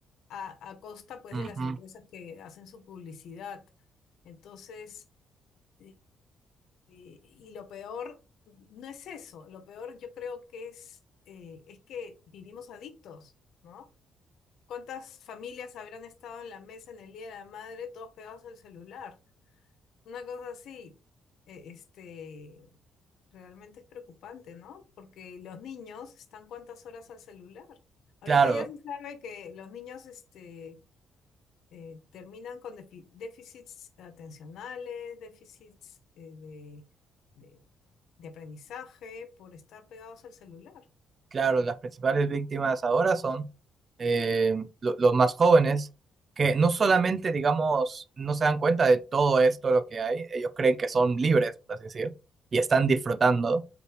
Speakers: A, on the left; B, on the right.
A: a, a costa pues
B: Ujú.
A: de las empresas que hacen su publicidad. Entonces, y, y- y lo peor no es eso, lo peor yo creo que es, eh, es que vivimos adictos, ¿no? ¿Cuántas familias habrán estado en la mesa en el Día de la Madre todos pegados al celular? Una cosa así, eh, este, realmente es preocupante, ¿no? Porque los niños están cuántas horas al celular. Ahorita
B: Claro,
A: ya se sabe que los niños, este, eh, terminan con defi- déficits atencionales, déficits eh, de, de- de aprendizaje por estar pegados al celular.
B: claro, las principales víctimas ahora son eh, lo- los más jóvenes, que no solamente, digamos, no se dan cuenta de todo esto lo que hay, ellos creen que son libres, por así decir, y están disfrutando